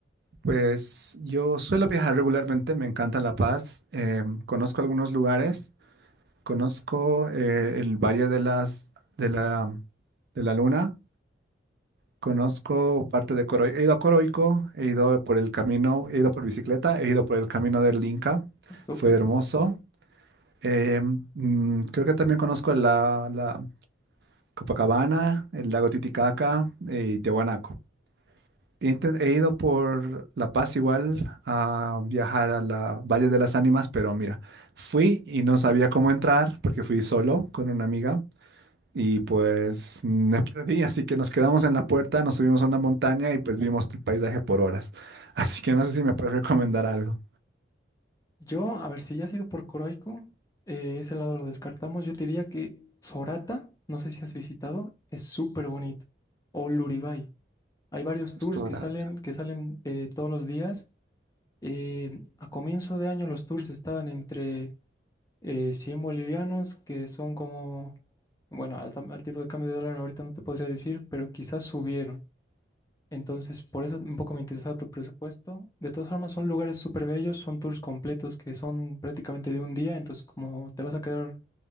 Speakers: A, on the right; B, on the left.
A: Pues yo suelo viajar regularmente, me encanta La Paz. eh, conozco algunos lugares, conozco eh, el Valle de las, de la, de la Luna Conozco parte de Coroico. He ido a Coroico, he ido por el camino, he ido por bicicleta, he ido por el camino del Inca.
B: Ah, Súper.
A: Fue hermoso. Eh, mm, creo que también conozco la, la Copacabana, el lago Titicaca eh, y Tiahuanaco. He, inten- he ido por La Paz igual a viajar a la Valle de las Ánimas, pero mira, fui y no sabía cómo entrar porque fui solo con una amiga. Y pues me <laughs> perdí, así que nos quedamos en la puerta, nos subimos a una montaña y pues vimos el paisaje por horas. <laughs> Así que no sé si me puedes recomendar algo.
B: Yo, a ver, si ya has ido por Coroico, eh, ese lado lo descartamos. Yo te diría que Sorata, no sé si has visitado, es súper bonito. O Luribay. Hay varios tours
A: Sorata.
B: que salen, que salen eh, todos los días. Eh, a comienzo de año los tours estaban entre eh, 100 bolivianos, que son como, bueno, al, tam- al tipo de cambio de dólar ahorita no te podría decir, pero quizás subieron. Entonces, por eso un poco me interesaba tu presupuesto. De todas formas, son lugares súper bellos, son tours completos que son prácticamente de un día, entonces como te vas a quedar